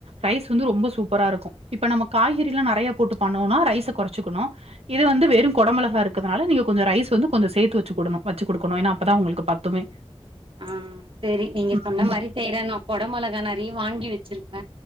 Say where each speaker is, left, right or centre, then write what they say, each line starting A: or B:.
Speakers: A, on the right; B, on the right.
A: ரைஸ் வந்து ரொம்ப சூப்பரா இருக்கும் இப்ப நம்ம காய்கறிலா நெறைய போட்டு பண்ணுவோனா ரைஸ கொறச்சுக்கணு இது வந்து வெறும் கொடமெளகா இருக்கனால நீங்க கொஞ்ச ரைஸ் வந்து கொஞ்சம் சேத்து வச்சு கொடணு வச்சு குடுக்கணு ஏன்னா அப்பதா உங்களுக்கு பத்துமே
B: ஆ சரி நீங்க
A: ம்
B: சொன்ன மாரி செய்றே நு கொட மொளகா நிறைய வாங்கி வச்சிருக்